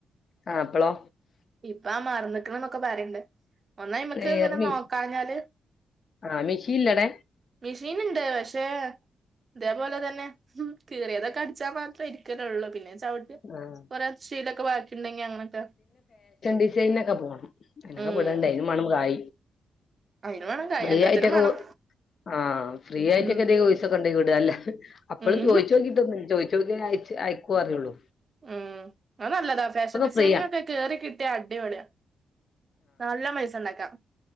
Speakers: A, on the left; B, on the right.
A: ആ അപ്പളോ
B: ഇപ്പ ആ മാറ നിിക്കണന്നൊക്കെ പറയണ്ട് ഒന്നാ ഇമക്ക്
A: ഏഹ്
B: ഇങ്ങനെ
A: മി
B: നോക്കാഞ്ഞാല്
A: ആഹ് മിഷീൻല്ലടെ
B: മെഷീൻണ്ട് പക്ഷേ അതേപോലെ തന്നെ കീറിയതൊക്കെ അടിച്ചാൽ മാത്രേ ഇരിക്കലള്ളൂ പിന്നെ ട്ട്
A: ആഹ്
B: കൊറെേ സ്ീലൊക്കെ ബാക്കി ഉണ്ടെങ്കി അങ്ങനെയൊക്കെ
A: ഡിസൈനൊക്കെ പോണം അതിനൊക്കെ
B: ഉം
A: വിടേണ്ട അന് മണം കായ
B: അയിന് വേണം കൈ
A: ഫ്രീ
B: എല്ലത്തിനും
A: ആയിട്ടൊക്കെ
B: വേണം
A: ആ ഫ്രീ ആയിട്ടക്കെ
B: ഉം
A: എസക്കെ ടല്ല അപ്പോഴും
B: ഉം
A: ചോദു നോക്കിട്ടൊന്നന്ന് ചോദിച്ചു നോക്കി അ അയക്ക അറിയുള്ളൂ
B: ഉം അ നല്ലതാ ഫാഷൻ ഡിസൈനിങ്
A: ഫ്രീയാ
B: ഒക്കെ കേറി കിട്ടിയ അടിപളയാ നല്ല പയസുണ്ടാക്കാ